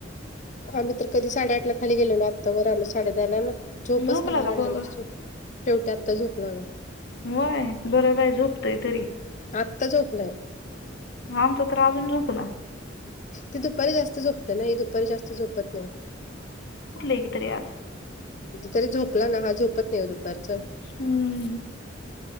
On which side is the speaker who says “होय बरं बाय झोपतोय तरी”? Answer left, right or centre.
Left